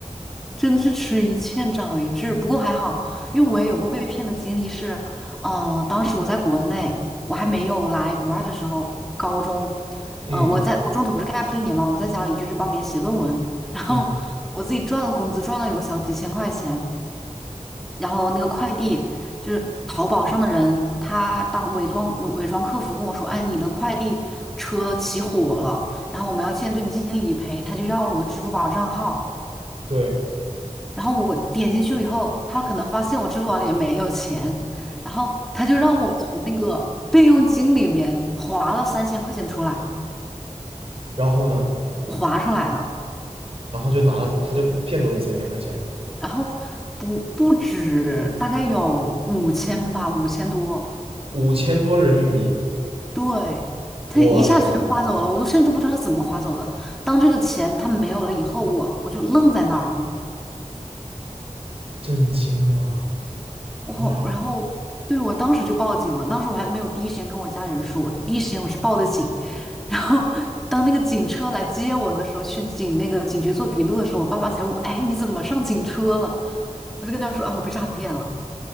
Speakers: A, in the centre; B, on the right (about 50°).
A: 真的是吃一堑长一智，不过还好，因为我也有过被骗的经历是，嗯、当时我在国内，我还没有来国外的时候，高中，
B: 嗯
A: 呃，我在我中途不是 gap 了一年嘛，我在家里就是帮别人写论文，然后我自己赚了工资，
B: 嗯，
A: 赚了有个小几千块钱。然后那个快递就是淘宝上的人，他当伪装伪伪装客服跟我说，哎，你的快递车起火了，然后我们要现在对你进行理赔，他就要了我的支付宝账号，
B: 对。
A: 然后我点进去了以后，他可能发现我支付宝里面没有钱，然后他就让我从那个备用金里面划了三千块钱出来，
B: 然后呢，
A: 我划出来了，
B: 然后就拿了，他就骗走你三千块钱，
A: 然后不不止大概有五千吧，五千多。
B: 五千多人民币，
A: 对，他一下全划走了，
B: 我勒个天天，
A: 我都甚至不知道他怎么划走的。当这个钱他没有了以后，我我就愣在那儿了。
B: 震惊啊！
A: 我后然后对我当时就报警了，
B: 呀，
A: 当时我还没有第一时间跟我家里人说，我第一时间我是报的警。然后当那个警车来接我的时候，去警那个警局做笔录的时候，我爸爸才问我，哎，你怎么上警车了？我就跟他说啊，我被诈骗了。